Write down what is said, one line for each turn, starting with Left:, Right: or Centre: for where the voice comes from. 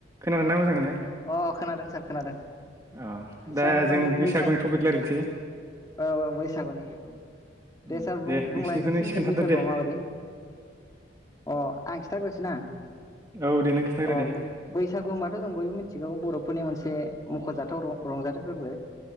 Right: खोनादों ना मोजाङैनो?
Left: अ खोनादों सार खोनादों।
Right: अ दा
Left: सार होनबा जों
Right: बैसागुनि
Left: बैसा
Right: टपिक रायलायनोसै
Left: औ औ बैसागुनि
Right: उम
Left: दे सार बुं-बुंलाय
Right: नोंसिनिखौनो
Left: नोंसिनि
Right: एसे
Left: थिं
Right: खोन्थादो
Left: बैसागुआ
Right: दे
Left: माबायदि अ आं खिन्थाग्रोसैना
Right: औ दे नों खोन्थाग्रो
Left: अ
Right: दे
Left: बैसागु होनबाथ जों बयबो मिथि बर'फोरनि मोनसे मख'जाथाव रंजाथाव फोरबो।